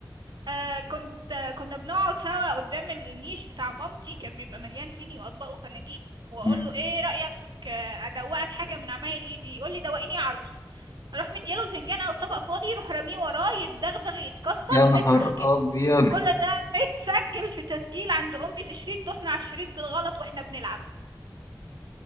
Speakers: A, on the right (about 75°); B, on the left (about 45°).
A: آه كنت آه كنا بنقعد سوا قدام النيش بتاع مامتي كان بيبقى مليان صيني واطباق وفناجين واقول
B: مم.
A: له ايه رايك آه ادوقك حاجه من عمايل ايدي يقول لي دوقيني يا عروسه اروح مدياله الفنجان او الطبق فاضي يروح راميه وراه يتدغدغ يتكسر
B: يا
A: ونفرح
B: نهار
A: كده
B: ابيض
A: كل ده <laughs> بيتسجل في تسجيل عند امي في شريط دوسنا على الشريط بالغلط واحنا بنلعب